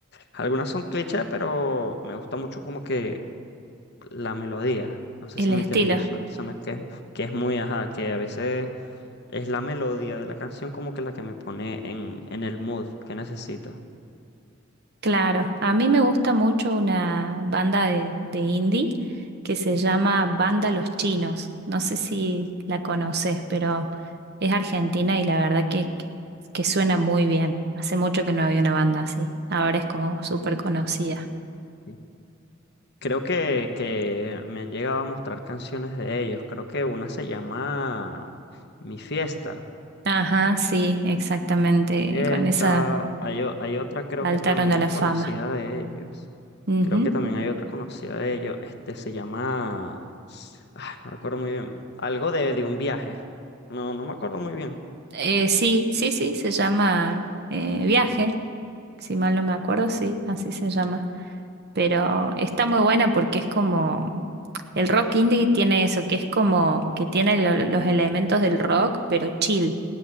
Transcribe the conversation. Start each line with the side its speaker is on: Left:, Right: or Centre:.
Left: algunas son clichés, pero me gusta mucho como que la melodía. No sé
Right: El
Left: si me
Right: estilo.
Left: entiendes, yo soy una persona que, que es muy, ajá, que a veces Es la melodía de la canción como que la que me pone en, en el mood que necesito.
Right: Claro, a mí me gusta mucho una banda de, de indie que se llama Banda Los Chinos. No sé si la conoces, pero es argentina y la verdad que, que, que suena muy bien. Hace mucho que no había una banda así. Ahora es como súper conocida.
Left: Sí. Creo que, que me han llegado a mostrar canciones de ellos. Creo que una se llama Mi Fiesta.
Right: Ajá, sí, exactamente.
Left: Fiesta.
Right: Con esa
Left: Hay, o- hay otra creo
Right: saltaron
Left: que también
Right: a la
Left: es
Right: fama.
Left: conocida de ellos.
Right: Ujú.
Left: Creo que también hay otra conocida de ellos. Este se llama... ah, no recuerdo muy bien. Algo de, de un viaje. No, no me acuerdo muy bien.
Right: Eh, sí, sí, sí, se llama eh, Viaje. Si mal no me acuerdo, sí, así se llama. pero está muy buena porque es como, el rock indie tiene eso, que es como que tiene lo- los elementos del rock, pero chill,